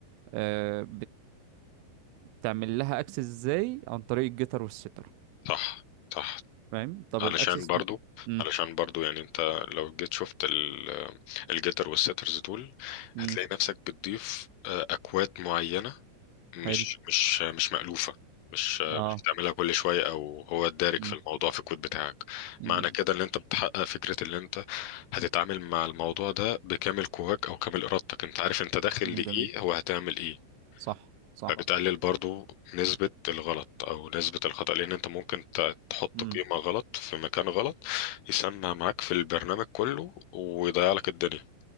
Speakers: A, on the right (about 90°); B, on the left (about 85°).
A: آه، بتعمل لها access ازاي عن طريق الجيتر والستر
B: صح صح
A: فاهم طب
B: علشان
A: الاكسس
B: برضو
A: امم
B: علشان برضو يعني انت لو جيت شفت ال- الجيتر والسيترز دول
A: امم
B: هتلاقي نفسك بتضيف آه، اكواد معينة مش
A: حلو
B: مش مش مألوفة مش مش
A: اه
B: بتعملها كل شوية او هو الدارج
A: امم
B: في الموضوع في الكود بتاعك
A: امم
B: معنى كده ان انت بتحقق فكرة ان انت هتتعامل مع الموضوع ده بكامل قواك او كامل ارادتك انت عارف انت داخل لايه
A: جميل
B: هو هتعمل ايه
A: صح صح
B: فبتقلل برضو نسبة الغلط أو نسبة الخطأ لأن أنت ممكن ت- تحط
A: امم
B: قيمة غلط في مكان غلط يسمع معاك في البرنامج كله ويضيع لك الدنيا